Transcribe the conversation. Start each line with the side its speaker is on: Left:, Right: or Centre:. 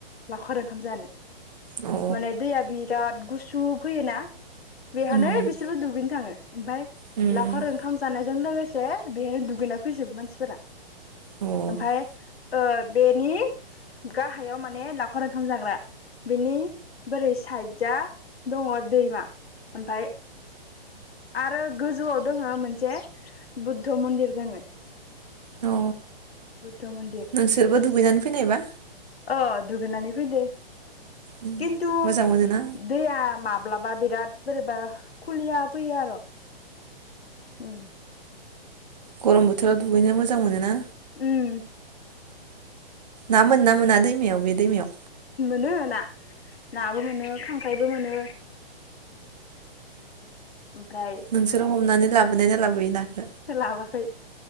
Left: लावखार ओंखाम जानो
Right: अ
Left: माने दैआ बि राद गुसु फैयोना बेहानो
Right: उम
Left: बिसोरबो दुगैनो थाङो ओमफाय
Right: उम
Left: लावखार ओंखाम जानाय जों लोगोसे बेहाय‌ दुगैना फैजोबो मानसिफोरा
Right: अ औ
Left: ओमफाय ओ बेनि गाहायाव माने लावखार ओंखाम जाग्रा बिनि बोरै साइद जा दङ दैमा ओमफाय आरो गोजौआव दोङो मोनसे बुद्ध मन्दिर दङो
Right: औ
Left: बुद्ध मन्दिर
Right: नोंसोरबो दुगैनानै फैनायबा
Left: ओ दुगैनानै <unintelligible>
Right: उम
Left: खिन्थु
Right: मोजां मोनोना
Left: दैया माब्लाबा बिराद बोरैबा खुलिया फैयो आर' उम
Right: गरम बोथोराव दुगैनो मोजां मोनो ना?
Left: उम
Right: ना मोनो ना मोना दैमायाव बे दैमायाव?
Left: मोनो ना नाबो मोनो खांख्राइबो मोनो। ओमफ्राय
Right: नोंसोरो हमनानै लाबोनाय ना लाबो <unintelligible>
Left: लाबोआखै